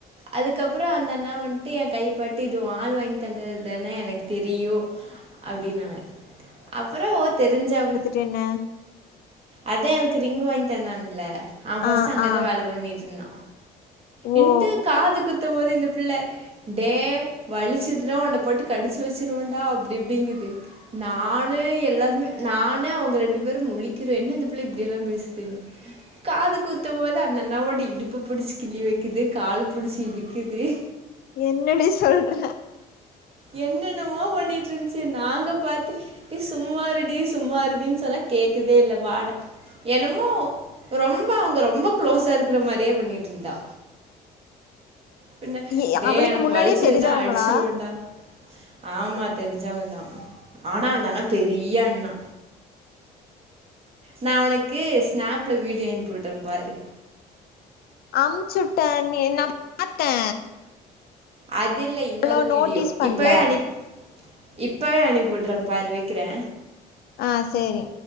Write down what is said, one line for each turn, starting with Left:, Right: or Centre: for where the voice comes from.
Right: அதுக்கப்பறோ அந்த அண்ணா வன்ட்டு ஏ கையபாட்டு இது ஓ ஆள் வாங்கி தந்தது தான எனக்கு தெரியூ அப்டினாங்க அப்பறோ ஓ தெரிஞ்சவங்
Left: டென்ன
Right: அதா எனக் ரிங் வாங்கி தந்தான்ல்ல அவ ஃபஸ்ட்டு
Left: ஆ
Right: அங்க
Left: ஆ
Right: தா வேல பண்ணிட்ருந்தா இன்ட்டு
Left: ஓ
Right: காது குத்தும் போது இந்த பிள்ள டே வலிச்சுதுனா உன்ன போட்டு கடிச்சு வச்சிருவன்டா அப்டி இப்டிங்குது நானு எல்லாருமே நானு அவுங்க ரெண்டு பேரு முழிக்கிறோ என்ன இந்த பிள்ள இப்படி எல்லா பேசுதுன் காது குத்தும் போது அந்த அண்ணாவோட இடுப்ப புடுச்சு கிள்ளி வெக் க்குது கால புடுச்சு இழுக்குது
Left: என்னடி சொல்ற
Right: என்னென்னவோ பண்ணிட்டு இருந்துச்சு நாங்க பாத்து டி சும்மா இருடி சும்மா இருடின் சொன்னா கேக்கவே இல்ல வாட என்னமோ ரொம்ப அவுங்க ரொம்ப க்ளோஸா இருக்ற மாரியே பண்ணிட்ருந்தா பின்ன
Left: ஏ
Right: டே
Left: அவளுக்கு
Right: எனக்கு
Left: முன்னாடியே
Right: வல்ச்சதுன்னா
Left: தெரிஞ்சவங்களா
Right: அடிச்சிருவண்டா ஆமா தெரிஞ்சவங்கதா ஆனா அந்த அண்ணா பெரிய அண்ணா நா உனக்கு ஸ்நாப்ல வீடியோ அனுப்பி விட்றே பாரு
Left: அம்ச்சுட்டே நீ நா பாத்தே
Right: அது இல்ல இன்னொரு
Left: அவ்ளோ
Right: வீடியோ
Left: நோட்டீஸ் பண்ல
Right: இப்பவே அனிப் இப்பவே அனுப்பிவுட்ற பாரு வெக்கிறே
Left: ஆ சேரி